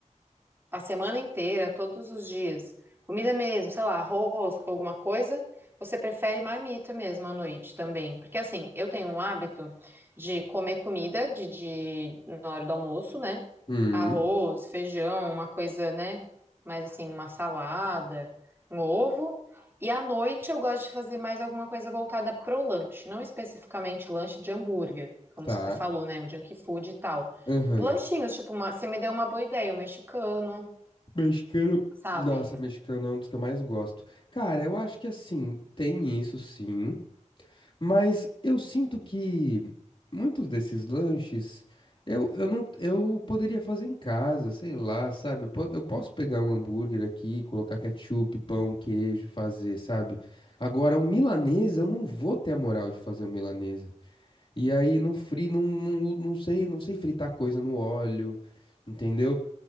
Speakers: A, on the right; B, on the left.
A: a semana inteira, todos os dias, comida mesmo, sei lá, arroz com alguma coisa, você prefere marmita mesmo à noite também. Porque assim, eu tenho um hábito de comer comida de, de- na hora do almoço, né?
B: Hum,
A: Arroz, feijão, uma coisa, né? Mais assim, uma salada, um ovo. E à noite eu gosto de fazer mais alguma coisa voltada pro lanche, não especificamente lanche de hambúrguer, como
B: tá.
A: você falou, né? O junk food e tal.
B: Aham.
A: Lanchinhos, tipo, uma, você me deu uma boa ideia, o mexicano.
B: Mexicano.
A: Sabe?
B: Nossa, mexicano é um dos que eu mais gosto. Cara, eu acho que assim, tem isso sim, mas eu sinto que muitos desses lanches eu, eu não eu poderia fazer em casa, sei lá, sabe? Eu, po- eu posso pegar um hambúrguer aqui, colocar ketchup, pão, queijo, fazer, sabe? Agora, um milanesa, eu não vou ter a moral de fazer um milanesa. E aí, não fri, não, não, não sei, não sei fritar coisa no óleo, entendeu?